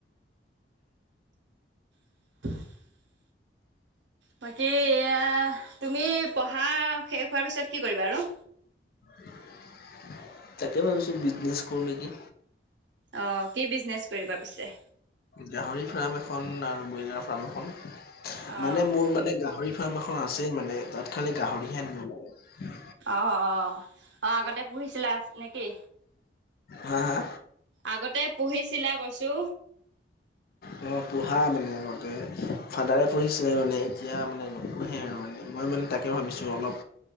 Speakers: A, on the right; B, on the left.
A: <inaudible> বাকী এয়া, তুমি পঢ়া শেষ হোৱাৰ পিছত কি কৰিবা আৰু
B: <inaudible> তাকে ভাবিচো বিজনেছ কৰো নেকি
A: অ কি বিজনেচ কৰিবা পিছে?
B: গাহৰি ফাৰ্ম এখন আৰু ব্ৰইলাৰ ফাৰ্ম এখন,
A: অ।
B: মানে মোৰ মানে গাহৰি ফাম এখন আছেই মানে তাত খালি গাহৰি হে নাই।
A: অ, অ, অ আগতে পুহিছিলা নেকি?
B: হা হা।
A: আগতে পুহিছিলা কৈছো
B: ম মই পুহা মানে আগতে ফাদাৰে পুহিছিলে মানে এতিয়া মানে নুপুহে আৰু মানে মই মানে তাকে ভাবিছোঁ অলপ